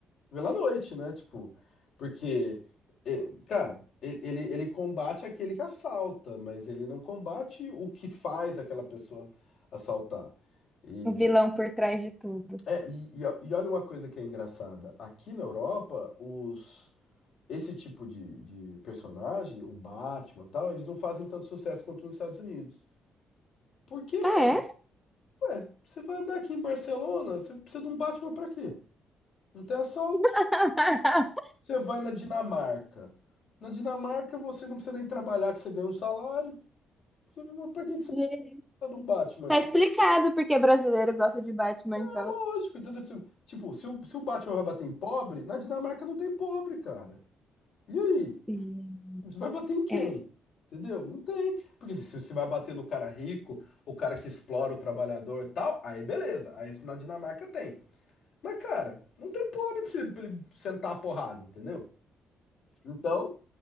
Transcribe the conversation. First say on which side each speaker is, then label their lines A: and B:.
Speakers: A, on the left; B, in the centre.
A: pela noite, né? Tipo, porque, é, cara, ele, ele ele combate aquele que assalta, mas ele não combate o que faz aquela pessoa assaltar. E,
B: O vilão por trás de tudo.
A: é, e, e ó- e olha uma coisa que é engraçada. Aqui na Europa, os, esse tipo de, de personagem, o Batman e tal, eles não fazem tanto sucesso quanto nos Estados Unidos. Por quê,
B: Ah,
A: mano?
B: é?
A: Ué, você vai andar aqui em Barcelona, você precisa de um Batman pra quê? Não tem assalto.
B: <laughs>
A: Você vai na Dinamarca. Na Dinamarca, você não precisa nem trabalhar, que você ganha um salário. Você- Pra que
B: Entendi.
A: que você precisa de um Batman
B: Tá
A: aqui?
B: explicado porque brasileiro gosta de Batman,
A: É
B: então.
A: lógico, entendeu? Tipo, se o, se o Batman vai bater em pobre, na Dinamarca não tem pobre, cara. E aí?
B: Gente,
A: Você vai bater em quem?
B: É.
A: Entendeu? Não tem. Porque se se você vai bater no cara rico, o cara que explora o trabalhador e tal, aí beleza. Aí na Dinamarca tem. Mas, cara, não tem pobre pra você- pra ele sentar a porrada, entendeu? Então,